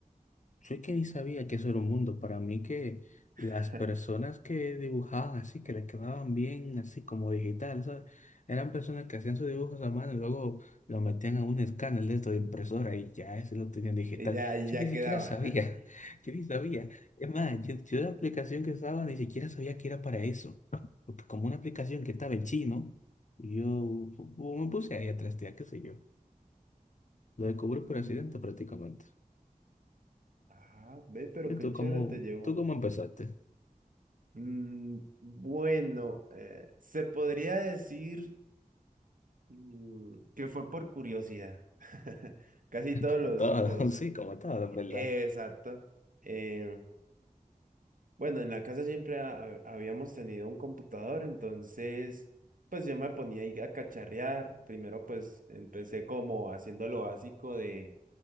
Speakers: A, on the left; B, on the right.
A: Yo es que ni sabía que eso era un mundo. Para mí que las
B: <laughs>
A: personas que dibujaban así, que les quedaban bien así como digital, ¿sabes? Eran personas que hacían sus dibujos a mano y luego lo metían a un escáner de esto de impresora y ya ese lo tenían digital.
B: Y Ya, ahí
A: Yo
B: ya
A: ni siquiera
B: quedaba.
A: sabía,
B: <laughs>
A: <laughs> yo ni sabía. Es más, yo, yo la aplicación que estaba ni siquiera sabía que era para eso. Porque como una aplicación que estaba en chino, yo pu- pu- me puse ahí a trastear, qué sé yo. Lo descubrí
B: Mm,
A: por accidente prácticamente.
B: ah, ve, pero
A: ¿Y
B: qué
A: tú
B: chévere
A: cómo,
B: te llevó.
A: tú cómo empezaste?
B: Mm, bueno, eh, se podría decir mm, que fue por curiosidad. <laughs> Casi todos
A: Como
B: los,
A: todo,
B: los,
A: <laughs> sí, como todo, en verdad.
B: exacto. eh, Bueno, en la casa siempre ha- habíamos tenido un computador, entonces pues yo me ponía ahí a cacharrear. Primero pues empecé como haciendo lo básico de,